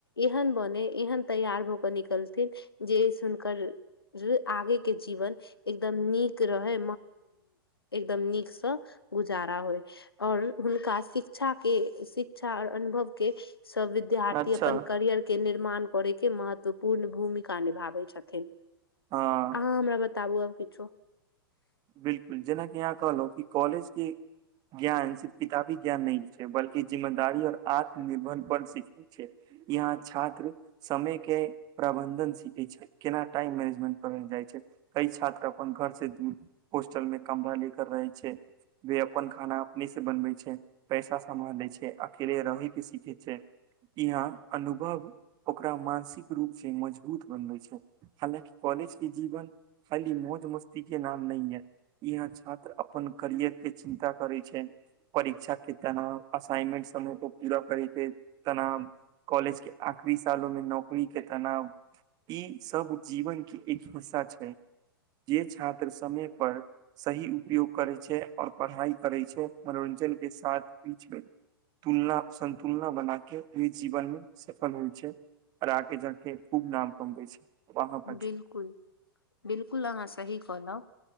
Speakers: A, on the left (about 75°); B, on the right (about 30°).
A: एहन बने एहन तैयार भऽ क निकलथिन जे सुुनकर। जे आगे के जीवन एकदम नीक। रहै एकदम नीकसँ। जारा होय और हुनका शिक्षा के शिक्षा और अनुभव के सभ विद्यार्थी
B: अच्छा
A: अपन करियर के निर्माण करै के महत्वपूर्ण भूमिका निभाबै छथिन।
B: ह
A: ह हमरा बताबु आब किछो
B: बिल्कुल जेनाकि अहाँ कहलहु कि कॉलेज के ज्ञान किताबी ज्ञान नै छै बल्क जिम्मेदार और आत्म निर्भर पर सिख यहा छात्र समय के प्रबंधन स केना टाइम मैनेजमेट करल जाइ छै कई छात्र अपन घर से दूर होस्टल मे कमरा ले कर रहे छै। ल वे अपन खाना अपने बनबै छै, पैसा सम्हालै छै, अकेले रहै के सीखे छै। यहा अनुभव ओकरा मानसिक रूप से मजबूत बनबे छै। हालाकि कॉलेज के जीवन खाली मौज मस्ती के नाम नयये यहा छात्र अपन करियर के चिन्ता करे छै परीक्षा के तनाव, असाइनमेट समयप पूरा करैके तनाव कॉलेज के आखरी सालोमे नौकरी के तनाव ई सभ जीवन के एक हिस्सा छै। जे छात्र समय पर सही उपयोग करै छै, और पढ़ाई करै छै, मनोरञजन के साथ। बीचमे तुलना संन्तुलना बना के, ओइ जीवन मे सफल होई छै आर आगे जाके खूब नाम कमबै छै। वहाँ पर
A: बिल्कूल, बिल्कूल अहाँ सही कहऽ लउ